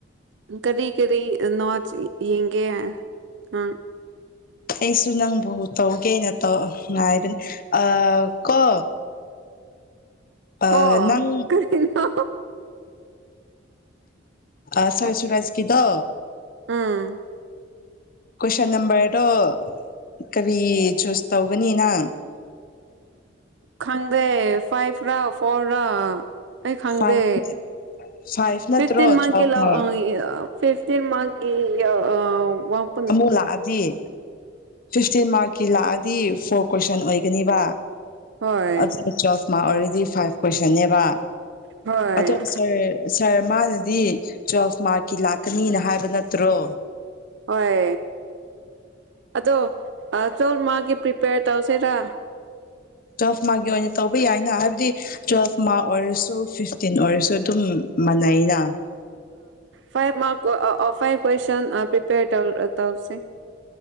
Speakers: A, on the right; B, on the left.
A: ꯀꯔꯤ ꯀꯔꯤ ꯅꯣꯠꯁ ꯌꯦꯡꯒꯦ ꯑꯝ
B: ꯑꯩꯁꯨ ꯅꯪꯕꯨ ꯇꯧꯒꯦꯅ ꯇꯧ ꯉꯥꯏꯕꯅꯤ ꯑꯥ ꯀꯣ ꯑꯥ
A: ꯀꯣ
B: ꯅꯪ
A: ꯀꯔꯤꯅꯣ
B: ꯑꯥ ꯁꯥꯔ ꯁꯨꯔꯖꯀꯤꯗꯣ
A: ꯎꯝ
B: ꯀꯣꯏꯁꯟ ꯅꯝꯕꯔꯗꯣ ꯀꯔꯤ ꯆꯨꯁ ꯇꯧꯒꯅꯤꯅꯪ
A: ꯈꯪꯗꯦ ꯐꯥꯏꯚ ꯔꯥ ꯐꯣꯔ ꯔꯥ ꯑꯩ ꯈꯪꯗꯦ
B: ꯐꯥꯏꯚ ꯐꯥꯏꯚ ꯅꯠꯇ꯭ꯔꯣ
A: ꯐꯤꯐꯇꯤꯟ ꯃꯟꯀꯤ
B: ꯇꯨꯋꯦꯜꯐ
A: ꯂꯧ
B: ꯃꯥꯔꯛ
A: ꯐꯤꯐꯇꯤꯟ ꯃꯟꯀꯤ <unintelligible>
B: ꯑꯃꯨꯛ ꯂꯥꯛꯑꯗꯤ ꯐꯤꯐꯇꯤꯟ ꯃꯥꯔꯛꯀꯤ ꯂꯥꯛꯑꯗꯤ ꯐꯣꯔ ꯀꯣꯏꯁꯟ ꯑꯣꯏꯒꯅꯤꯕ
A: ꯍꯣꯏ
B: ꯑꯗꯨ ꯇ꯭ꯋꯦꯜꯐ ꯃꯥꯛ ꯑꯣꯏꯔꯗꯤ ꯐꯥꯏꯚ ꯀꯣꯏꯁꯟꯅꯦꯕ
A: ꯍꯣꯏ
B: ꯑꯗꯣ ꯁꯥꯔ ꯁꯥꯔ ꯃꯥꯅꯗꯤ ꯇ꯭ꯋꯦꯜꯐ ꯃꯥꯔꯛꯀꯤ ꯂꯥꯛꯀꯅꯤꯅ ꯍꯥꯏꯕ ꯅꯠꯇ꯭ꯔꯣ
A: ꯍꯣꯏ ꯑꯗꯣ ꯇ꯭ꯋꯦꯜꯐ ꯃꯥꯛꯒꯤ ꯄ꯭ꯔꯤꯄꯦꯌꯔ ꯇꯧꯁꯤꯔꯥ
B: ꯇ꯭ꯋꯦꯜꯐ ꯃꯥꯛꯒꯤ ꯑꯣꯏꯅ ꯇꯧꯕ ꯌꯥꯏꯅ ꯍꯥꯏꯕꯗꯤ ꯇꯨꯋꯦꯜꯐ ꯃꯥꯛ ꯑꯣꯏꯔꯁꯨ ꯐꯤꯐꯇꯤꯟ ꯑꯣꯏꯔꯁꯨ ꯑꯗꯨꯝ ꯃꯥꯟꯅꯩꯅ
A: five mark five question prepare ꯇꯧ ꯇꯧꯁꯦ